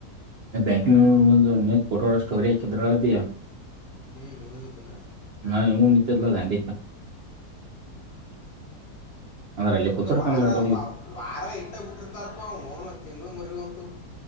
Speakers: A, on the right; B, on the left.
A: ಬ್ಯಾಂಕಿನ ನಿಂತ ಫೋಟೋ ಸ್ಟೋರಿ ಹಾಕಿದರು.
B: ಹ್ಮ್ ಹೋಗಿದ್ದನಾ.
A: ನಾವು ಇವ್ ನಿಂತರ್ಲ ಅಡಿಕಾ. ಅಂದ್ರ ಅಲ್ಲಿ ಕುೂತ್ಡ್ಕಂ
B: ಈಗ ವಾರ
A: <inaudible> ಗ ಅಡ
B: ವಾ- ವಾರ ಇಟ್ಟ ಬಿಟ್ಟಿರ್ತಾರಪ್ಪ ಅವನುನು ತಿಂಗಗಳು ಮರಿಗ ಒಂದು.